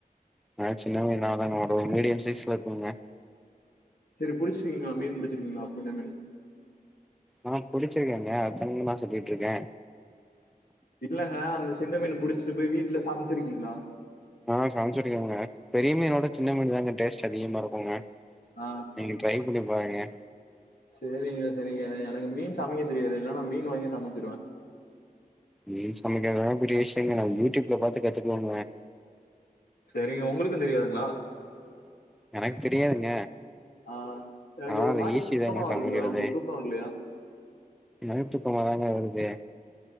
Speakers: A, in the centre; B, on the left.
A: நா சின்ன மீனாதாங்க வரு மீடியம் சைஸ்ல இருக்குங்க
B: செரி புடுச்சுருக்கீங்களா மீன் புடுச்சுருக்கீங்களா சின்ன மீன்
A: ஆ புடுச்சுருக்கேங்க அத்தன மீனா சொல்லிட்ருக்கே
B: இல்லங்க அந்த சின்ன மீன் புடுச்சுட்டு போய் வீட்ல சமச்சிருக்கீங்களா
A: ஆ சமச்சிருக்கேங்க பெரிய மீனோட சின்ன மீன் தாங்க டேஸ்ட் அதிகமா இருக்குங்க
B: ஆ
A: நீங்க ட்ரை பண்ணி பாருங்க
B: சேரிங்க சேரிங்க எனக்கு மீன் சமைக்க தெரியாது இல்லன்னா மீன் வாங்கி சமச்சிருவே
A: மீன் சமைக்கிறது எல்லா பெரிய விஷயம் இல்லைங்க நா யூ டியூப்ல பாத்து கத்துக்குவேங்க
B: சேரிங்க உங்களுக்கு தெரியாதுங்களா
A: எனக்கு தெரியாதுங்க
B: ஆ எனக்கு
A: ஆனா
B: ஒரு
A: அது
B: மாரி
A: ஈஸி
B: தூக்கமா
A: தாங்க
B: வருதுங்க
A: சமைக்கிறது
B: உங்களுக்கு தூக்கோ வரலையா
A: எனக்கு தூக்கமா தாங்க வருது